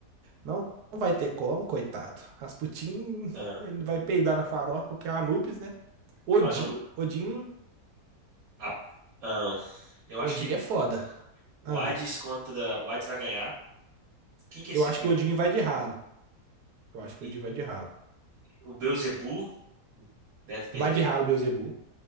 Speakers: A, on the right; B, on the right.
A: Não vai ter como, coitado. Rasputin,
B: Ah.
A: ele não vai peidar na farofa, o que é Anubis, né? Odin,
B: Mas um-
A: Odin,
B: a- ahn, eu acho
A: Odin
B: que
A: é foda.
B: o
A: Ah,
B: Hades contra. O Hades vai ganhar. Quem que é
A: eu
B: esse
A: acho
B: B
A: que o Odin vai de ralo. Eu acho que
B: Be-
A: o Odin vai de ralo.
B: o Beelzebub deve perder.
A: Vai de ralo, Beelzebub.